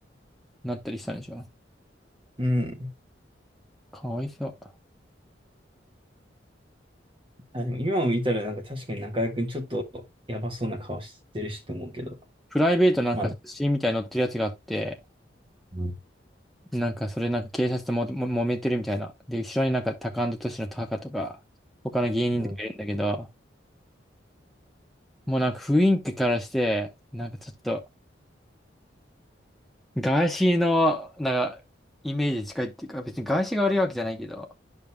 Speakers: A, in the centre; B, on the right.
A: なったりしたんでしょ。
B: う。うん。
A: かわいそう。
B: あ、でも今を見たらなんか確かに中居君ちょっとやばそうな顔してるしと思うけど。
A: プライベートなんか写真みたいに載ってるやつがあって、
B: まあ、うん
A: なんかそれなんか警察とも、も、揉めてるみたいな。で、後ろになんかタカアンドトシのタカとか、他の芸人とかいるんだけど、
B: うん
A: もうなんか雰囲気からして、なんかちょっと、ガーシーの、なんか、イメージ近いっていうか、別にガーシーが悪いわけじゃないけど、